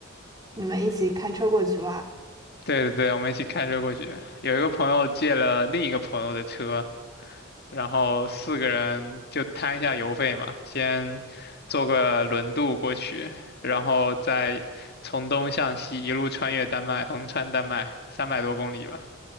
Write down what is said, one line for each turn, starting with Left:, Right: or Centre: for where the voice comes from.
Right: 你们一起开车过去挖。
Left: 对对对，我们一起开车过去。有一个朋友借了另一个朋友的车，然后四个人就摊一下油费嘛，先坐个轮渡过去，然后再从东向西一路穿越丹麦，横穿丹麦，三百多公里吧，